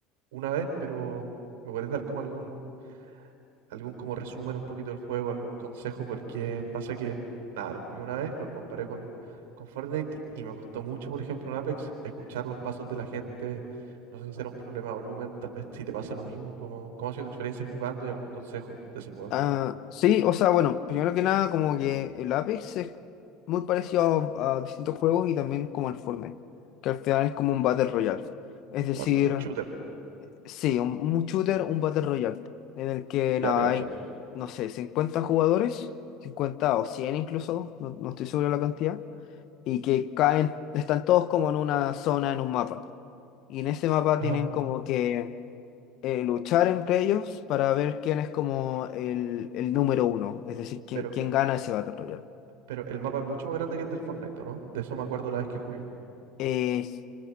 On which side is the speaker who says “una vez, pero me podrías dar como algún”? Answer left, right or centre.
Right